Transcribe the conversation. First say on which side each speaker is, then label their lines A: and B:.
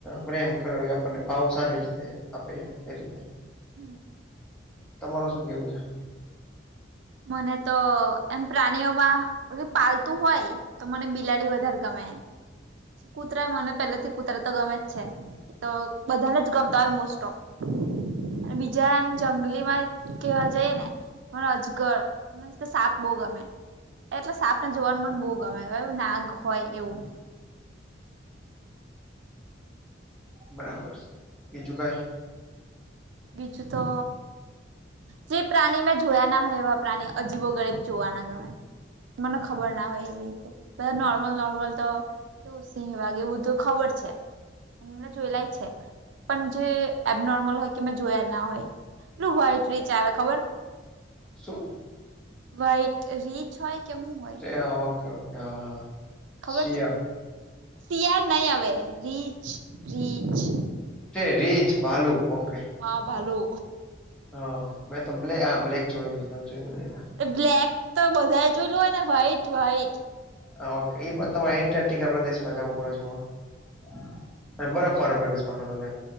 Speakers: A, in the centre; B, on the right.
A: પ્રેમ કરી એ આપને ભાવો સારી રીતે આપે, એ રીતે.
B: હમ.
A: તમારું શું કેવું છે?
B: મને તો, એમ પ્રાણીઓમાં પાલતું હોય તો મને બિલાડી વધારે ગમે. કુતરા મને પેલાથી કુતરા તો ગમે જ છે. તો બધાને જ ગમતા હોય મોસ્ટ ઓફ. અને બીજા એમ જંગલી માં કેવા જઈએ ને પણ અજગર મીન્સ કે સાપ બહું ગમે એટલે સાપને જોવાનું મન બહું ગમે એ નાગ હોય એવું.
A: બરાબર છે બીજું કઈ?
B: બીજું તો જે પ્રાણી મેં જોયા ના હોય એવા પ્રાણી અજીબો ગરીબ જોવાના ગમે મને ખબર ના હોય બધા નોર્મલ નોર્મલ તો કેવું સિંહ વાઘ એ બધું ખબર છે. મેં જોયેલાય છે પણ જે એબનોર્મલ હોય કે મે જોયા ના હોય પેલું વાઇટ રીચ આવે ખબર
A: શું?
B: વાઈટ રીંછ હોય કે હું હોય?
A: હા, ઓકે, ઓકે, હા, હા.
B: ખબર
A: શિયાળ
B: છે શિયાળ નહીં હવે રીંછ રીંછ
A: તે રીંછ ભાલુ ઓકે.
B: હા ભાલુ.
A: હા મેં તો બ્લે આ બ્લેક જોયેલું <unintelligible>
B: બ્લેક તો બધા જોયેલું હોય ને, વ્હાઈટ વ્હાઈટ.
A: હા એ પણ તમારે એન્ટારક્ટિક આપડા દેશમાં જવું પડે જોવા અને બરફ વારા પ્રદેશ માં તે મલે.